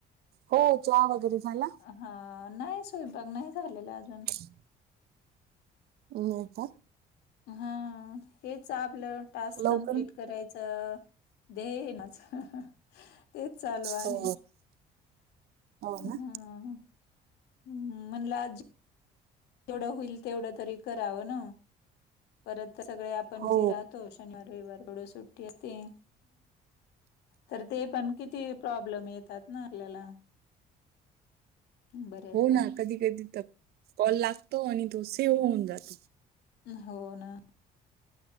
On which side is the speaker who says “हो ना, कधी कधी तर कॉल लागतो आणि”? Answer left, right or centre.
Right